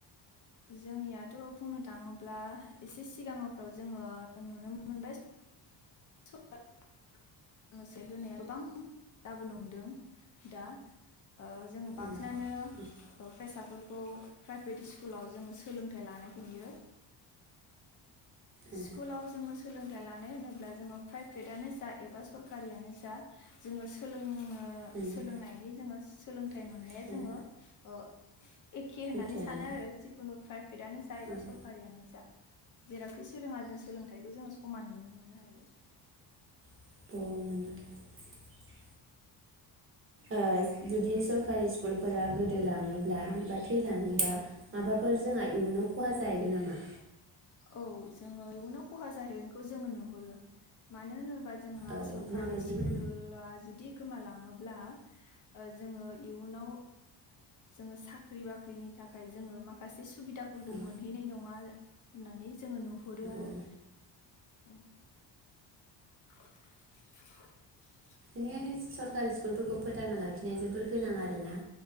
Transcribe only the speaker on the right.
औ
औ
उम
हायो
एखेयानो
उम उम
दावमोना ओ जुदि सरकारि स्कुलफोरा गोदोलाङो ब्ला बा थैलाङोबा माबाफोर जोङा इयुनाव खहाज जायैगोन नामा?
औ
माबायदि
औ
औ
औ
<unintelligible> सरकारि स्कुलफोरखौ फोथांना लाखि नाया जोबोर गोनां आरो ना?